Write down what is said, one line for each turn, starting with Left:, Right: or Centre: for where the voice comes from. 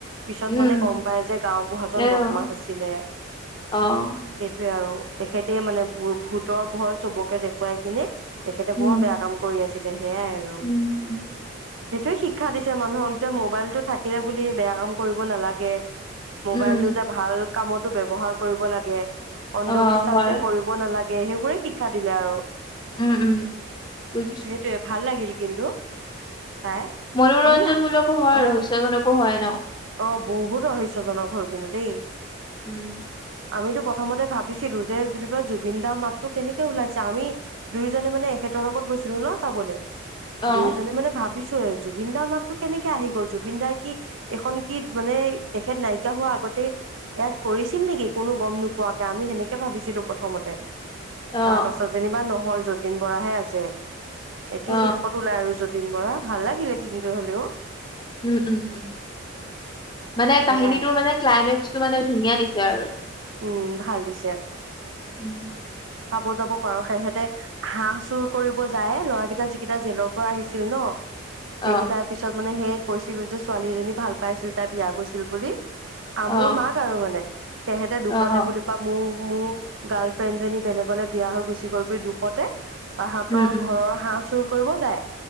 Right: পিছত
Left: উম,
Right: মানে গম পায় যে গাওবুঢ়াজন
Left: এ
Right: বদমাছ
Left: অ',
Right: আছিলে।
Left: অ',
Right: সেইটোৱে আৰু তেখেতে মানে ভূ-ভূতৰ ভয় চবকে দেখুৱাই কিনে তেখেতে
Left: উম,
Right: বৰ বেয়া কাম কৰি আছিলে সেয়াই আৰু।
Left: উম, উম,
Right: সেইটোৱে শিক্ষা দিছে মানুহক যে মোবাইলটো থাকিলে বুলি বেয়া কাম কৰিব নালাগে। মোবাইলটো
Left: উম,
Right: যে ভাল কামতো ব্যৱহাৰ কৰিব লাগে, অন্ধ
Left: অ',
Right: বি
Left: হয়
Right: কৰিব নালাগে সেইবোৰে শিক্ষা দিলে আৰু।
Left: উম, উম, বুজিছোঁ।
Right: সেইটোৱে ভাল লাগিল কিন্তু চাই।
Left: মনোৰঞ্জনমূলকো
Right: আমি
Left: হয়
Right: অ
Left: ৰহস্যজনকো হয় ন'।
Right: অ' বহুত ৰহস্যজনক হ'ল কিন্তু দেই।
Left: উম।
Right: আমিতো প্ৰথমতে ভাবিছিলোঁ যে বুলিকে জুবিন দাৰ মাতটো কেনেকে ওলাইছে আমি দুয়োজনে মানে এখেতৰ লগত গৈছিলোঁ ন' চাবলে।
Left: অ',
Right: দুয়োজনে মানে ভাবিছোঁ এ, জুবিনদাৰ মাতটো কেনেকে আহি গ'ল, জুবিন দাৰ কি এখন কি মানে তেখেত নাইকিয়া হোৱা আগতে ইয়াত কৰিছিল নেকি কোনো গম নোপোৱাকে, আমি সেনেকে ভাবিছিলোঁ প্ৰথমতে।
Left: অ',
Right: তাৰপাছত যেনিবা নহয় যতীন বৰাহে আছে, একে
Left: অ
Right: শেষত ওলাই আৰু যত তিন বৰা, ভাল লাগিলে কিন্তু হ'লেও।
Left: উম, উম, উম, মানে
Right: সেয়াই
Left: কাহিনীটোৰ মানে ক্লাইমেক্সটো মানে ধুনীয়া দিছে আৰু।
Right: উম, ভাল দিছে।
Left: উম।
Right: চাব যাব পাৰোঁ, সেহেঁতে হাঁহ চুৰ কৰিব যায়, ল'ৰাকেইটা যিকেইটা জেলৰ পৰা আহিছিল ন' সেইকেইটাৰ
Left: অ
Right: পিছত মানে সেই কৈছিলো যে ছোৱালী এজনী ভাল পাইছিল তাই বিয়া গৈছিল বুলি। আ, মোৰ
Left: অ
Right: মাক আৰু মানে সেহেতে দুখতে
Left: অ অ
Right: বুলি পা মোৰ মোৰ গাৰ্লফ্ৰেণ্ডজনী বেলেগলৈ বিয়া হৈ গুচি গ'ল বুলি দুখতে তাহঁতৰ
Left: উম উম
Right: ঘৰৰ হাঁহ চুৰ কৰিব যায়।